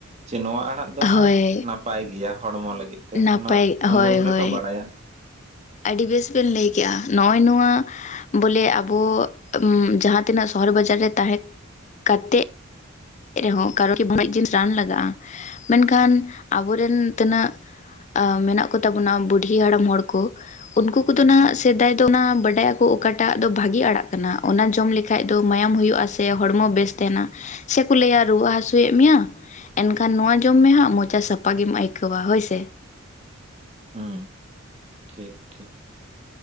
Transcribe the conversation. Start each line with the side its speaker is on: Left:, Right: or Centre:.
Right: ᱡᱮ ᱱᱚᱣᱟ ᱟᱲᱟᱜ ᱟᱫᱚ ᱱᱟᱦᱟᱜ
Left: ᱦᱳᱭ
Right: ᱱᱟᱯᱟᱭ ᱜᱮᱭᱟ ᱦᱚᱲᱢᱚ ᱞᱟᱹᱜᱤᱫ ᱛᱮ
Left: ᱱᱟᱯᱟᱭ
Right: ᱚᱱᱟ ᱩᱰᱩᱝ
Left: ᱦᱳᱭ
Right: ᱜᱮᱠᱚ
Left: ᱦᱳᱭ
Right: ᱵᱟᱲᱟᱭᱟ᱾
Left: ᱟᱹᱰᱤ ᱵᱮᱥ ᱵᱮᱱ ᱞᱟᱹᱭ ᱠᱮᱜ-ᱟ ᱱᱚᱜ-ᱚᱭ ᱱᱚᱣᱟ ᱵᱚᱞᱮ ᱟᱵᱚ ᱡᱟᱦᱟᱸ ᱛᱤᱱᱟᱹᱜ ᱥᱚᱦᱚᱨ ᱵᱟᱡᱟᱨ ᱨᱮ ᱛᱟᱦᱮᱸ ᱠᱟᱛᱮᱜ <inaudible> ᱨᱟᱱ ᱞᱟᱜᱟᱜ-ᱟ ᱢᱮᱱᱠᱷᱟᱱ ᱟᱵᱚᱨᱮᱱ ᱛᱤᱱᱟᱹᱜ ᱟ ᱢᱮᱱᱟᱜ ᱠᱚ ᱛᱟᱵᱩᱱᱟ ᱵᱩᱰᱷᱤ ᱦᱟᱲᱟᱢ ᱦᱚᱲ ᱠᱩ, ᱩᱱᱠᱩ ᱠᱚᱫᱚ ᱱᱷᱟᱜ ᱥᱮᱫᱟᱭ ᱫᱚ ᱱᱟ ᱵᱟᱰᱟᱭ ᱟᱠᱚ ᱚᱠᱟᱴᱟᱜ ᱫᱚ ᱵᱷᱟᱜᱮ ᱟᱲᱟᱜ ᱠᱟᱱᱟ ᱚᱱᱟ ᱡᱚᱢ ᱞᱮᱠᱟ ᱠᱷᱟᱡ ᱫᱚ ᱢᱟᱭᱟᱢ ᱦᱩᱭᱩᱜ-ᱟ ᱥᱮ ᱦᱚᱲᱢᱚ ᱵᱮᱥ ᱛᱮᱦᱮᱱᱟ, ᱥᱮᱠᱚ ᱞᱟᱹᱭᱟ ᱨᱩᱣᱟᱹᱜ ᱦᱟᱹᱥᱩᱭᱮᱫ ᱢᱮᱭᱟ? ᱮᱱᱠᱷᱟᱱ ᱱᱚᱣᱟ ᱡᱚᱢ ᱢᱮ ᱦᱟᱸᱜ ᱢᱚᱪᱟ ᱥᱟᱯᱟ ᱜᱮᱢ ᱟᱹᱭᱠᱟᱹᱣᱟ ᱦᱳᱭ ᱥᱮ।
Right: ᱦᱩᱸ ᱴᱷᱤᱠ ᱴᱷᱤᱠ